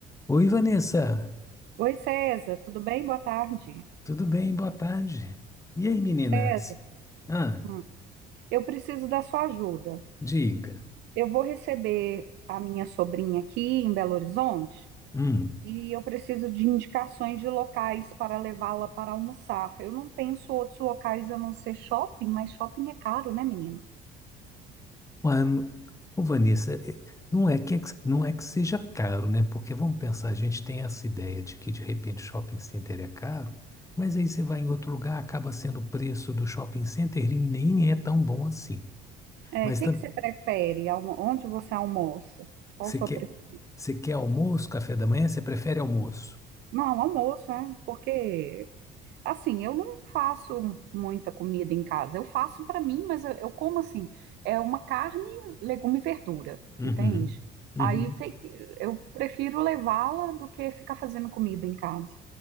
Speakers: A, on the left (about 15°); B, on the right (about 65°).
A: Oi, Vanessa,
B: Oi, César, tudo bem? Boa tarde.
A: tudo bem? Boa tarde. E aí, meninas?
B: César,
A: Ah,
B: hum, eu preciso da sua ajuda.
A: diga.
B: Eu vou receber a minha sobrinha aqui em Belo Horizonte
A: Hum,
B: e eu preciso de indicações de locais para levá-la para almoçar. Eu não penso outros locais a não ser shopping, mas shopping é caro, né, menino?
A: ué, n- ô, Vanessa, é- não é que, é que- não é que seja caro, né? Porque vamos pensar, a gente tem essa ideia de que de repente shopping center é caro, mas aí você vai em outro lugar, acaba sendo o preço do shopping center e nem é tão bom assim.
B: É,
A: Mas
B: o que
A: tam-
B: que você prefere? Almo- Onde você almoça? Qual
A: você
B: a sua
A: quer,
B: preferência?
A: você quer almoço, café da manhã? Você prefere almoço?
B: Não, almoço, é, porque Assim, eu não faço muita comida em casa. Eu faço para mim, mas eu, eu como assim, é uma carne, legume e verdura,
A: Uhum,
B: entende?
A: uhum.
B: Aí tem- eu prefiro levá-la do que ficar fazendo comida em casa.